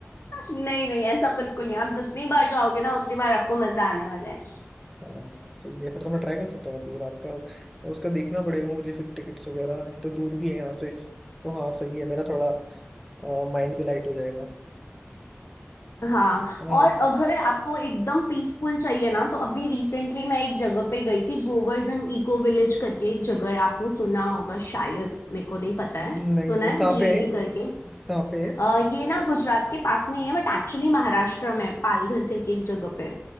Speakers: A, on the left; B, in the centre.
A: नहीं नहीं ऐसा बिल्कुल नहीं आप जितनी बार जाओगे ना उतनी बार आपको मजा आने वाला है
B: हाँ सही है फिर तो मैं ट्राई कर सकता हूँ गुजरात का उसका देखना पड़ेगा मुझे फिर टिकट्स वगैरह एक तो दूर भी है यहाँ से तो हाँ सही है मेरा थोड़ा माइंड भी लाइट हो जाएगा
A: हाँ
B: अ,
A: और अगर आपको एकदम पीसफुल चाहिए ना तो अभी रिसेंटली मैं एक जगह पे गई थी गोवर्धन इको विलेज करके एक जगह है आपने सुना होगा शायद मेरे को नहीं पता है
B: नहीं
A: सुना
B: नहीं
A: है
B: कहाँ
A: जीवी
B: पे है
A: करके
B: कहाँ पे है
A: अ, ये ना गुजरात के पास में ही है बट एक्चुअली महाराष्ट्र में है, पालघर करके एक जगह पे है।